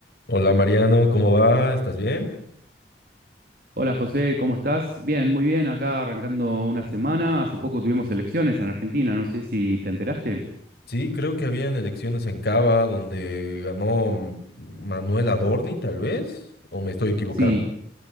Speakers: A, on the left; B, on the right.
A: Hola Mariano, ¿cómo va? ¿Estás bien?
B: Hola José, ¿cómo estás? Bien, muy bien, acá arrancando una semana. Hace poco tuvimos elecciones en Argentina, no sé si te enteraste.
A: Sí, creo que habían elecciones en Cava donde ganó M- Manuel Adorni, tal vez, o me estoy equivocando.
B: Sí,